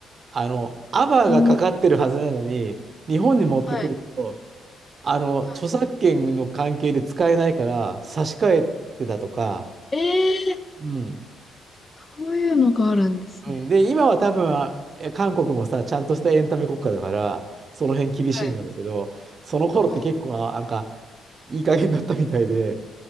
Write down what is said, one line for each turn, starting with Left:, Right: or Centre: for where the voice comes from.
Right: あの、アバーがかかってるはずなのに、
Left: ううん、
Right: 日本に持ってくると、
Left: はい。
Right: あの、
Left: は
Right: 著作権の関係で使えないから差し替えてたとか、
Left: い。ええ
Right: うん。
Left: そういうのがあるんですね。
Right: うん、で、今は多分、あえ韓国もさ、ちゃんとしたエンタメ国家だから、その辺厳しいんだろうけど、
Left: はい。
Right: その頃って結構、
Left: うん
Right: あなんか、いい加減だったみたいで、